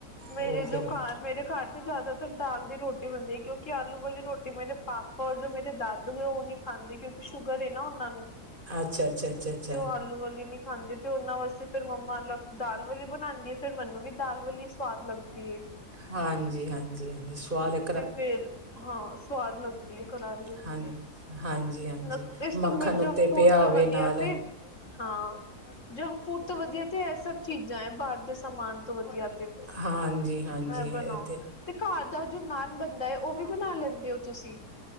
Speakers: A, on the left; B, on the right.
A: ਮੇਰੇ
B: ਉਹ
A: ਜੋ
B: ਫਿਰ।
A: ਘਰ ਮੇਰੇ ਘਰ ਜ਼ਿਆਦਾਤਰ ਦਾਲ ਦੀ ਰੋਟੀ ਬਣਦੀ, ਕਿਉਂਕਿ ਆਲੂ ਵਾਲੀ ਰੋਟੀ ਮੇਰੇ ਪਾਪ ਓਰ ਜੋ ਮੇਰੇ ਦਾਦੂ ਏ। ਉਹ ਨਹੀਂ ਖਾਂਦੇ। ਕਿਉਂਕਿ ਸ਼ੂਗਰ ਨਾ ਉਹਨਾਂ ਨੂੰ,
B: ਅੱਛਾ-ਅੱਛਾ-ਅੱਛਾ-ਅੱਛਾ
A: ਤੇ ਉਹ ਆਲੂ ਵਾਲੀ ਨੀ ਖਾਂਦੇ, ਤੇ ਉਹਨਾਂ ਵਾਸਤੇ ਫੇਰ ਮੰਮਾ ਅਲਗ ਦਾਲ ਵਾਲੀ ਬਣਾਉਂਦੀ ਏ। ਫੇਰ ਮੈਨੂੰ ਵੀ ਦਾਲ ਵਾਲੀ ਸਵਾਦ ਲੱਗਦੀ ਏ।
B: ਹਾਂਜੀ ਹਾਂਜੀ ਹਾਂਜੀ ਸਵਾਦ ਲ
A: ਤੇ ਫੇਰ, ਹਾਂ ਸਵਾਦ ਲੱਗਦੀ ਏ, ਕਰਾਰੀ ਹੁੰਦੀ
B: ਹਾਂ
A: ਏ।
B: ਹਾਂਜੀ-ਹਾਂਜੀ
A: ਲੋਕ, ਇਸ
B: ਮੱਖਣ
A: ਤੋਂ ਮ ਜੰਕ
B: ਉੱਤੇ
A: ਫੂਡ
B: ਪਿਆ
A: ਤੋਂ
B: ਹੋਵੇ
A: ਵਧੀਆ
B: ਨਾਲ
A: ਤੇ ਹਾਂ। ਜੰਕ ਫੂਡ ਤਾਂ ਵਧੀਆ, ਤੇ ਇਹ ਸਭ ਚੀਜ਼ਾਂ ਐ। ਬ ਦੇ ਸਮਾਨ ਤੋਂ ਵਧੀਆ ਤੇ
B: ਹਾਂਜੀ-ਹਾਂਜੀ
A: ਏ
B: ਇਹ
A: ਬਣਾਓ। ਤੇ ਘਰ ਦਾ ਜੋ ਨਾਨ ਬੰਣਦਾ ਹੈ। ਉਹ ਵੀ ਬਣਾ ਲੈਂਦੇ ਹੋ ਤੁਸੀਂ